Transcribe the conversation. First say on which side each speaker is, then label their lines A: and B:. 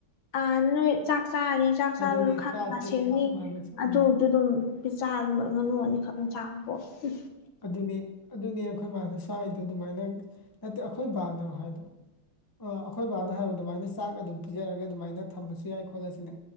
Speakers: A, on the left (about 65°); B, on the left (about 25°).
A: ꯑ ꯅꯣꯏ ꯆꯥꯛ ꯆꯥꯅꯤ ꯆꯆꯥꯛ ꯆꯥꯕꯁꯨ
B: ꯑꯗꯨꯅꯦ
A: ꯈꯥ
B: ꯆꯥꯛꯇꯨꯅꯤ
A: ꯀꯩꯀꯥ ꯁꯦꯡꯉ
B: ꯑꯩꯈꯣꯏ ꯃꯥꯅꯁꯨ
A: ꯑꯗꯨꯗꯨ
B: ꯎꯝ
A: ꯑꯗꯨꯝ ꯄꯤꯆꯥꯥ ꯑꯗꯨ ꯉꯥꯅꯨ ꯑꯅꯤ ꯈꯛꯅ ꯆꯥꯕꯕꯣ ꯎ
B: ꯑꯗꯨꯅꯤ ꯑꯗꯨꯅꯤ ꯑꯩꯈꯣꯏ ꯃꯥꯅ ꯁ꯭ꯋꯥꯏꯗꯣ ꯑꯗꯨꯃꯥꯏꯅ ꯅꯠꯇꯦ ꯑꯩꯈꯣꯏ ꯕꯥꯅꯔꯣ ꯍꯥꯏꯗꯣ ꯑ ꯑꯩꯈꯣꯏ ꯕꯥꯅ ꯍꯥꯏꯕ ꯑꯗꯨꯃꯥꯏꯅ ꯆꯥꯛ ꯑꯗꯨꯝ ꯄꯤꯖꯔꯒ ꯑꯗꯨꯃꯥꯏꯅ ꯊꯝꯃꯁꯨ ꯌꯥꯏ ꯈꯣꯠꯂꯁꯤꯅꯦ